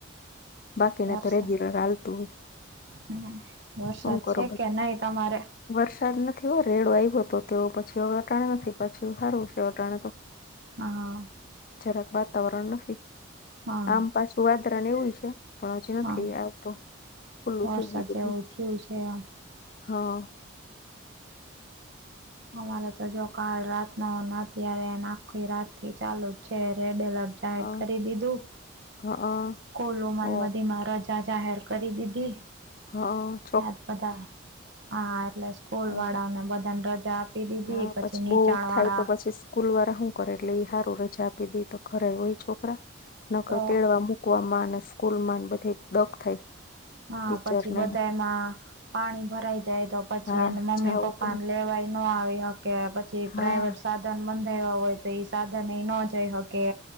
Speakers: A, on the left (about 45°); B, on the right (about 60°).
A: બાકીના
B: વરસાદ
A: તો રેગ્યુલર હાલતું હોય.
B: હમ વરસાદ
A: હું કરો
B: છે
A: બધા
B: કે નહી તમારે?
A: વરસાદ નથી હો રેડો આવ્યો તો તો પછી હવે અટાણ નથી પાછું હારું છે અત અટાણે તો.
B: હા.
A: જરાક વાતાવરણ નથી
B: હા
A: આમ પાછું વાદરા ને એવું એ છે. પણ હજી
B: હા
A: નથી આવતો. ખુલ્લું
B: વરસાદ
A: થઈ ગયું બધું.
B: જેવું થયું છે આમ.
A: હા.
B: અમારે તો જો કાલ રાતનો ને અત્યારે ને આખી રાતથી ચાલુ જ છે રેડ એલર્ટ. જાહેર
A: હા
B: કરી દીધું.
A: હા
B: સ્કૂલોમાં
A: ઓ
B: ને બધીમાં રજ જા જાહેર કરી દીધી.
A: હહ
B: આજ બધા. હા એટલે સ્કૂલવાળાઓને
A: ઓ
B: બધાને રજા આપ આપી દીધી.
A: હા
B: પછી નીચાણવાળા
A: બહુ થાય તો પછી સ્કૂલ વારા હું કરે એટલે ઈ હારું રજા આપી દે તો ઘરે હોય છોકરા. નકર
B: તો
A: તેડવા મૂક મૂકવામાં ને સ્કૂલમાં ને બધે એ દક થાય.
B: હા
A: ટીચરને
B: પછી બધાયમાં
A: ને.
B: પાણી ભરાઈ જાય તો પછી
A: હા
B: એને મમ્મી
A: જાવું
B: પપ્પાને
A: કે
B: લેવાય. નો આવી હકે. પછી
A: હા
B: પ્રાઈવેટ સાધન બંધાયવા હોય તો ઈ સાધન એ ન જઈ હકે.